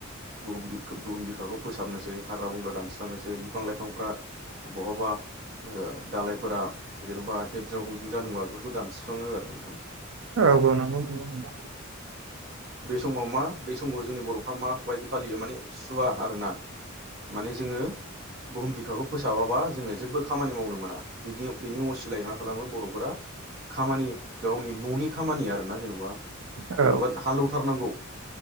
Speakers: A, on the right (about 45°); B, on the right (about 80°).
A: बहुम बि बुहुम बिखाखौ फोसाबनोसै हाग्रा बंग्रा दानस्रांनोसै बिफां लाइफांफ्रा बहाबा ओ दालायफोरा जेन'बा हेबजां हबजुं जानबा बेफोरखौ दानस्रिस्राङो आरो थां
B: औ औ नंगौ नंगौ नोंथां
A: बे समाव मा बे समाव जोंनि बर'फ्रा माबायदि फालियो माने सुवा आरोना माने जोङो बुुम बिखाखौ फोस साबाबा जोङो जेबो खामानि मावनो मोना बिदि बिनि असिलायै मा खालामो बर'खौ बोला खामानि गावनि न'नि खामानि आर ना जेन'बा
B: औ
A: जेनेबा हालेवथारनांगौ